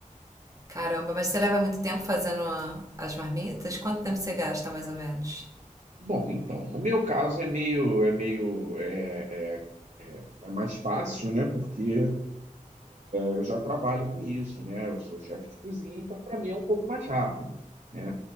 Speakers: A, on the right; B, on the right.
A: Caramba, mas você leva muito tempo fazendo a- as marmitas? Quanto tempo você gasta, mais ou menos?
B: Bom, então, no meu caso é meio, é meio, é, é é mais fácil, né? Porque Eu já trabalho com isso, né? Eu sou chefe de cozinha, então para mim é um pouco mais rápido, né?